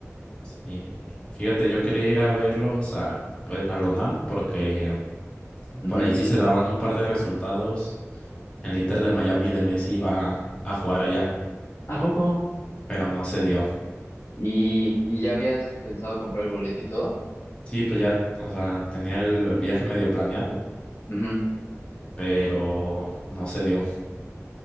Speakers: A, on the left; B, on the left.
A: Sí. Fíjate, yo quería ir a verlos a, pues, a la UNAM porque
B: Ujú.
A: Por ahí sí se daban un par de resultados. El Inter de Miami de Messi iba a jugar allá,
B: ¿A poco?
A: pero no se dio.
B: Y, y ya habías pensado comprar el boleto y todo.
A: Sí, pues ya, o sea, tenía el viaje medio planeado,
B: Ujú.
A: pero no se dio.